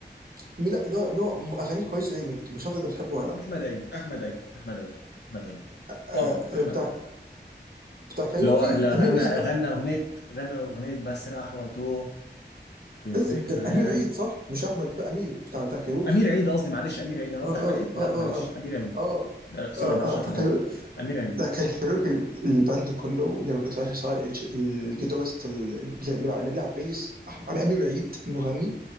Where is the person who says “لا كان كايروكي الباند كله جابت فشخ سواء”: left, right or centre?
Right